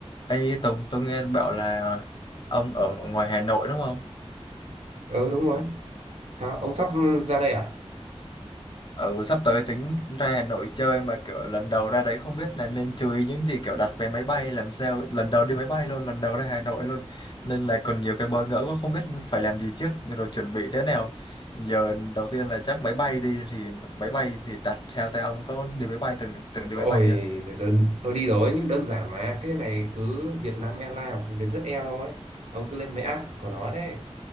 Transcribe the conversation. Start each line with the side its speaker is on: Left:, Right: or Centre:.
Left: Ê Tùng, tôi nghe bảo là ông ở ngoài Hà Nội đúng không?
Right: ừ đúng rồi sao ông sắp ra đây à
Left: Ừ, sắp tới tính ra Hà Nội chơi mà kiểu lần đầu ra đấy không biết là nên chú ý những gì kiểu đặt vé máy bay làm sao lần đầu đi máy bay luôn, lần đầu ra Hà Nội luôn nên là còn nhiều cái bỡ ngỡ quá không biết phải làm gì trước rồi chuẩn bị thế nào. Giờ đầu tiên là chắc máy bay đi thì máy bay thì đặt sao ta ông có đi máy bay từng từng đi
Right: ôi
Left: máy bay chưa?
Right: giời, đơn tôi đi rồi nhưng đơn giản mà cái này cứ Việt Vietnam Airlines hoặc Vietjet Air thôi ông cứ lên mấy app của nó đấy